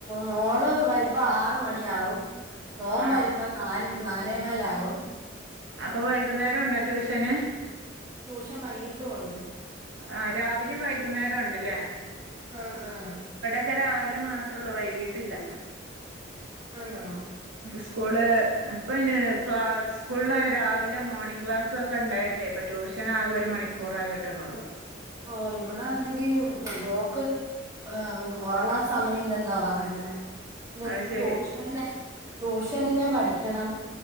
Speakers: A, on the right; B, on the right.
A: മോള് വരുമ്പോ ആറ് മണിയാകും മോൻ
B: ആഹ്
A: വരുമ്പോ നാലും നാലേ കാലാകും
B: അപ്പൊ വൈകുന്നേരം ണ്ടോ ട്യൂഷന്
A: ട്യൂഷൻ വൈകിട്ടും ഉണ്ട്
B: ആഹ രാവിലിം വൈ വൈകുന്നേരംണ്ട്ല്ലേ
A: ആഹ ആഹ
B: ക്കെ രാവിലെ മാത്രമേള്ളൂ വൈകിട്ടില്ല
A: ആണോ
B: സ്കൂള് ഇപ്പം ഇന് ക്ലാസ് സ്കൂളിൽ രാവിലെ മോർണിംഗ് ക്ലാസ്സോക്കെ ണ്ടായിട്ടേ ഇപ്പ ട്യൂഷൻ ആകെ ഒരു മണിക്കൂറ ആകെ. കിട്ട്ണളു
A: ഓ ഇവിടൊന്നങ്കി മോക്ക് ഒ ഉറങ്ങാൻ സമയം ഇല്ലെന്നാ പറയുന്നെ എന്ത്
B: അത് ശരി
A: റ്റോപ്ഷ ല്ലേ ട്യൂഷനിലെ പഠിക്കണം